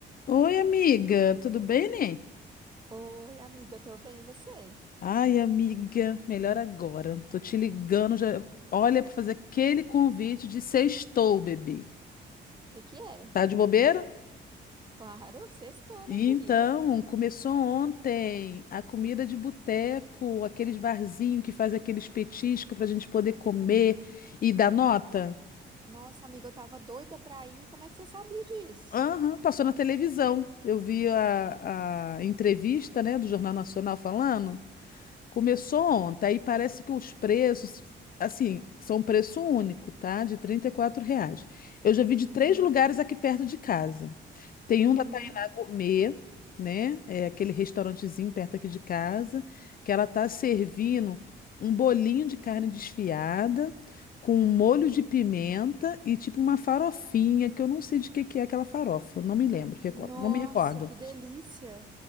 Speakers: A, on the left; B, on the right.
A: Oi, amiga, tudo bem, né?
B: Oi, amiga, eu tô bem, e você? O
A: Ai, amiga, melhor agora. Tô te ligando já. Olha, para fazer aquele convite de sextou, bebê.
B: que que é?
A: Tá de bobeira?
B: Claro, <laughs> sextou, né,
A: Então,
B: querida?
A: começou ontem a comida de boteco, aqueles barzinho que faz aqueles petiscos para a gente poder comer e dar nota.
B: Nossa, amiga, eu tava doida pra ir. Como é que você sabia disso?
A: Aham, passou na televisão. Eu vi a, a entrevista, né, do Jornal Nacional falando. Começou ontem, aí parece que os preços, assim, são um preço único, tá? De 34 reais. Eu já vi de
B: Uhum,
A: três lugares aqui perto de casa. Tem
B: uhum.
A: um da Tainá Gourmet, né? É aquele restaurantezinho perto aqui de casa, que ela tá servindo um bolinho de carne desfiada com um molho de pimenta e tipo uma farofinha, que eu não sei de que que é aquela farofa, não me lembro, reco-
B: Nossa,
A: não me recordo.
B: que delícia.